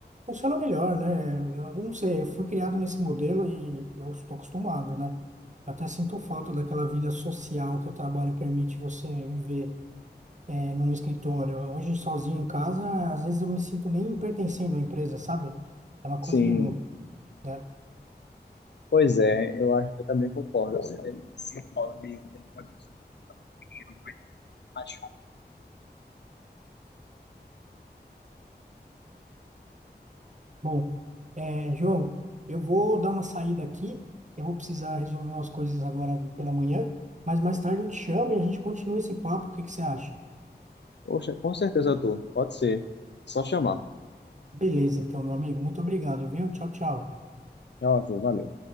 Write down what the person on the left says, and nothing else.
Sim.
pois é, eu acho, eu também concordo. Você sinto falta de ter uma pessoa que eu mais rápido.
Poxa, com certeza, tu pode ser, só chamar.
Tchau, Arthur, valeu.